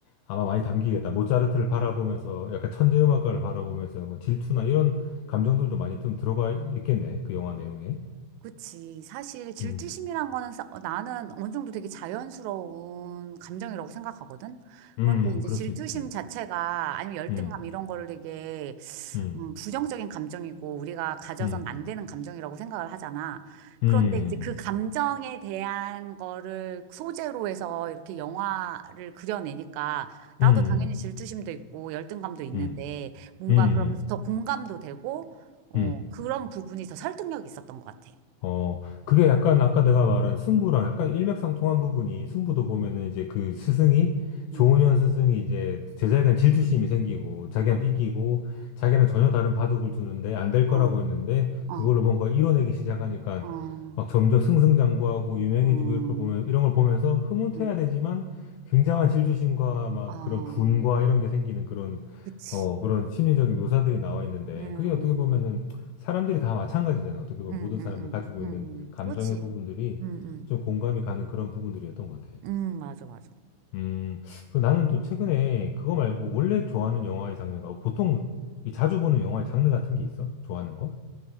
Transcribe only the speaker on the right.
그치. 사실 질투심이란
거는 사- 어, 나는 어느 정도 되게 자연스러운 감정이라고 생각하거든.
그런데 이제
질투심
자체가 아니면 열등감
이런 거를 되게
음, 부정적인 감정이고 우리가 가져선
안 되는 감정이라고 생각을 하잖아.
그런데 이제 그 감정에 대한 거를 소재로 해서 이렇게 영화를 그려내니까 나도
당연히 질투심도 있고 열등감도 있는데
뭔가
그러면서 더 공감도 되고 어,
그런 부분이 더 설득력이 있었던 것 같아.
음,
아,
어,
어,
어,
어,
음,
아,
그치.
음,
음,
음,
음,
음,
음,
그치.
음, 음,
음, 맞아, 맞아.